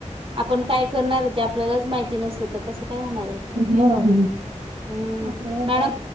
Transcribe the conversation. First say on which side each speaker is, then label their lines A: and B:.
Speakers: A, on the right; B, on the right.
A: आपण काय करणार आहे ते आपल्यालाचं माहिती नसतं तर कसं काय होणार. आहे
B: मगं
A: हम्म
B: आपल्याला
A: मॅडम
B: पाय